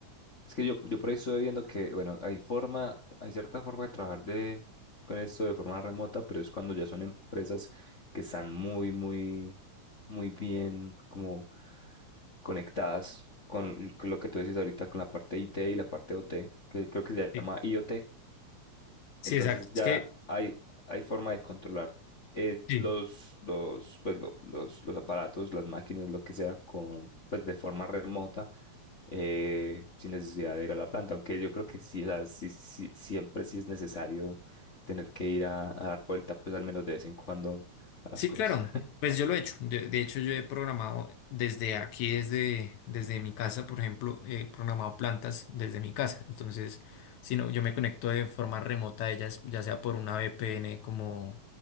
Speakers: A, on the left; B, on the left.
A: es que yo, yo por ahí estoy viendo que, bueno, hay forma, hay cierta forma de trabajar de, con esto de forma remota, pero es cuando ya son empresas que están muy, muy, muy bien como conectadas con l- con lo que tú decís ahorita, con la parte IT y la parte OT, que creo que se
B: Sí,
A: llama IoT.
B: Sí,
A: Entonces
B: exacto.
A: ya
B: Es que,
A: hay, hay forma de controlar eh,
B: sí,
A: los, los, pues, lo- los, los aparatos, las máquinas, lo que sea, con, pues, de forma remota, eh, sin necesidad de ir a la planta. Aunque yo creo que sí, o sea, sí- sí- siempre sí es necesario tener que ir a, a dar vuelta, pues al menos de vez en cuando a las
B: sí,
A: cosas.
B: claro, pues yo lo he hecho. De, de hecho, yo he programado desde aquí, desde, desde mi casa, por ejemplo, he programado plantas desde mi casa. Entonces, si no, yo me conecto de forma remota a ellas, ya sea por una VPN como...